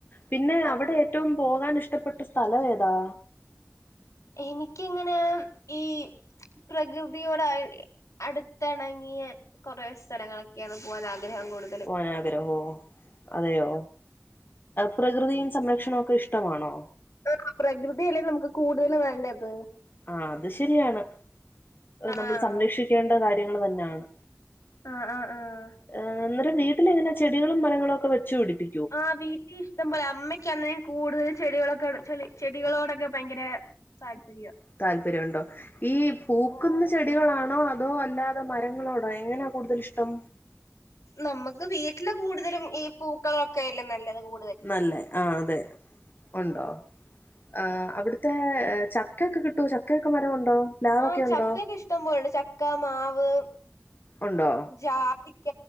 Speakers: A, on the left; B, on the left.
A: പിന്നെ
B: അപ്പം
A: അവിടെ എറ്റോം പോകാൻ ഇഷ്ടപ്പെട്ട സ്ഥലോ ഏതാ
B: എനിക്കങ്ങനെ ഈ പ്രകൃതിയോടായി അടുത്തെണങ്ങിയ കുറേ സ്ഥലങ്ങളൊക്കെയാണ് പോവാൻ ആഗ്രഹം കൂടു
A: പോവാൻ ആഗ്രഹോ അതെയോ പ്രകൃതിയും സംരക്ഷണവും ഒക്കെ ഇഷ്ടമാണോ
B: <unintelligible> പ്രകൃതിയല്ലേ നമുക്ക് കൂടുതല് നല്ലത്
A: ആഹ് അത് ശരിയാണ്
B: ആഹ്
A: നമ്മള് സംരക്ഷിക്കേണ്ട കാര്യങ്ങള് തന്നാണ്
B: ആഹ് ആഹ് ആഹ്
A: ആഹ് അന്നരം വീട്ടിലെങ്ങന ചെടികളും മരങ്ങളും ഒക്കെ വെച്ച് പിടിപ്പി
B: ആഹ് വീട്ടിൽ ഇഷ്ടം പോലെ അമ്മയ്ക്ക് <unintelligible> കൂടുതല് ചെടികളൊക്കൊട് ചെളി ചെടികളോടൊക്കെ ഭയങ്കരെ താല്പര്യം
A: താല്പര്യം ഉണ്ടോ ഈ പൂക്കുന്ന
B: ആഹ്
A: ചെടികളാണോ അതോ അല്ലാ ത്ത മരങ്ങളോടോ എങ്ങനാ കൂടുതലിഷ്ടം
B: നമ്മുക്ക് വീട്ടില് കൂടുതലും ഈ പൂക്കളൊക്കെല്ലെ നല്ലത് കൂ
A: നല്ലേ ആഹ് അതെ ഉണ്ടോ ആഹ് അവിടുത്തെ ചക്കൊയൊക്കെ കിട്ടോ ചക്കയൊക്കെ മരം ഉണ്ടോ പ്ലാവൊക്കെ
B: ആഹ് ചക്കയൊക്കെ
A: ഉണ്ടോ
B: ഇഷ്ടം പോലുണ്ട് ചക്ക മാവ്
A: ഉണ്ടോ
B: ജാതിക്ക